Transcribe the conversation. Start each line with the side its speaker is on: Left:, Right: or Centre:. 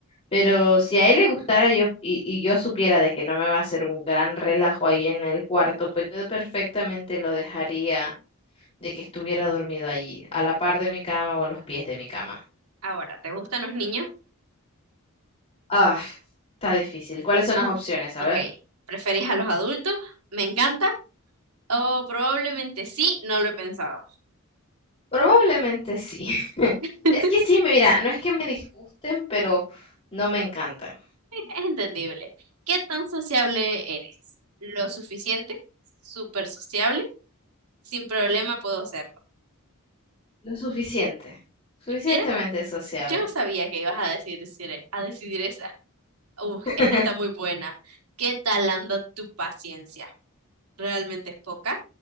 Left: Pero si a él le gustara yo y, y yo supiera de que no me va a hacer un gran relajo ahí en el cuarto, pues yo perfectamente lo dejaría de que estuviera dormido allí, a la par de mi cama o a los pies de mi cama.
Right: Ahora, ¿te gustan los niños?
Left: Ah, está difícil. ¿Cuáles son las opciones? A
Right: Ok.
Left: ver.
Right: ¿Preferís a los adultos? ¿Me encanta? O probablemente sí, no lo he pensado.
Left: Probablemente sí. <laughs>
Right: <laughs>
Left: Es que sí, mira, no es que me disgusten, pero no me encantan.
Right: Es entendible. ¿Qué tan sociable eres? ¿Lo suficiente? ¿Súper sociable? Sin problema puedo hacerlo.
Left: Lo suficiente. Suficientemente
Right: Mira,
Left: sociable.
Right: yo no sabía que ibas a decidir, a decidir esa. Uf,
Left: <laughs>
Right: esta está muy buena. ¿Qué tal anda tu paciencia? ¿Realmente es poca?